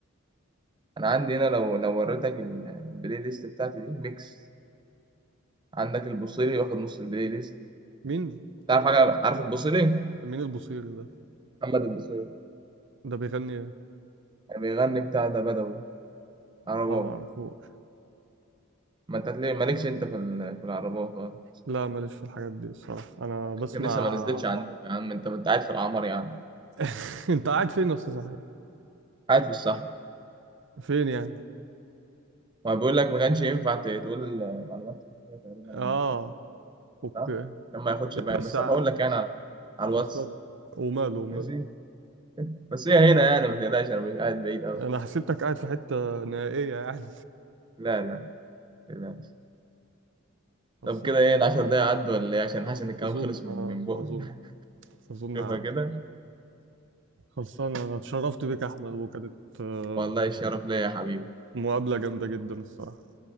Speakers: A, on the right; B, on the right.
A: انا عندي هنا لو لو وريتك ال- البلاي ليست بتاعتي دي ميكس عندك البوصيري واخد نص البلاي ليست
B: مين
A: تعرف حاجة عارف البوصيلي
B: مين البصير ده
A: محمد البصيري
B: ده بيغني ايه
A: بيغني بتاع ده بدوي عرباوي
B: لا ما اعرفوش
A: ما انت ليه مالكش انت في ال- في العرباوي خالص
B: لا ماليش في الحاجات دي الصراحه انا بسمع
A: يمكن لسه ما نزلتش عندك يا عم انت انت قاعد في العمر يا عم
B: <laughs> انت قاعد فين يا اسطى صحيح
A: قاعد في الصحراء
B: فين يعني
A: وبيقول لك ما كانش ينفع ت- تقول معلومات شخصية تقريبا
B: اه
A: عن البتاع
B: اوكي
A: صح؟ عشان ما ياخدش باين
B: بس
A: بس
B: ع-
A: أنا بقول لك يعني على, على الواتس
B: خلصان وماله وماله
A: ماشي بس هي هنا يعني ما تقلقش انا مش قاعد بعيد قوي
B: انا حسيتك قاعد في حته نهائيه يعني
A: لا لا ما تقلقش
B: خلصان
A: طب كده ايه العشر دقايق عدوا ولا ايه عشان حاسس ان الكلام
B: اظن
A: خلص من
B: اه
A: من بقى
B: اظن
A: <laughs>
B: اظن
A: شوفها
B: عدوا
A: كده
B: خلصان انا اتشرفت بيك يا احمد وكانت آه،
A: والله الشرف ليا يا حبيبي
B: مقابله جامده جدا الصراحه